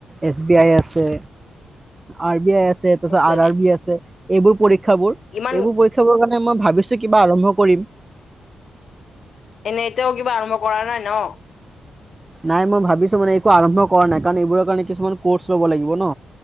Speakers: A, on the right (about 15°); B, on the left (about 50°).
A: এছ বি আই আছে আছে আৰ বি আই এছ আছে তাৰ পিছত
B: আচ্ছা
A: আৰ আৰ বি আছে এইবোৰ পৰীক্ষা বোৰ
B: ইমান
A: এইবোৰ পৰীক্ষা বোৰৰ কাৰণে মই ভাবিছো কিবা আৰম্ভ কৰিম
B: এনেই এতিয়াও কিবা আৰম্ভ কৰা নাই ন
A: নাই মই ভাবিছো মানে একো আৰম্ভ কৰা নাই কাৰন এইবোৰৰ কাৰণে কিছুমান কোৰ্চ লব লাগিব ন